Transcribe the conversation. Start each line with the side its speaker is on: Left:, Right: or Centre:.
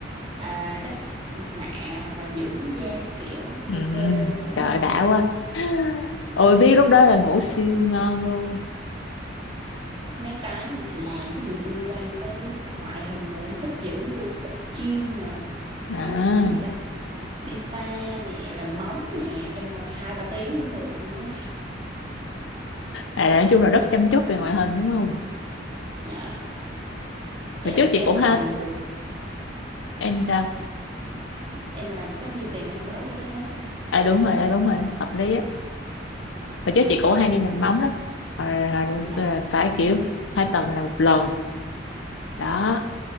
Right: à, đắp mặt nạ hoặc là dưỡng da các kiểu
Left: ừ.
Right: phê phê ngủ
Left: trời
Right: ngon
Left: ơi, đã quá <gasps> ôi biết lúc đó là ngủ siêu ngon luôn
Right: mấy cái mà làm cái gì mà liên quan tới ngoại hình rồi là em thích dữ luôn tập gym nè
Left: à,
Right: ờ, cái gì ta đi spa nè làm móng nè em ngồi hai ba tiếng cũng được nữa
Left: à nói chung là rất chăm chút về ngoại hình đúng không
Right: dạ Chứ
Left: hồi trước chị
Right: em
Left: cũng
Right: mà
Left: ha
Right: làm được
Left: em sao
Right: em mà làm có nhiêu tiền là em đổ vô đó hết
Left: à đúng rồi à, đúng rồi hợp lý á hồi trước chị cũng hay đi làm móng lắm hồi, hồi lên
Right: dạ
Left: xưa là phải kiểu hai tuần là một lần đó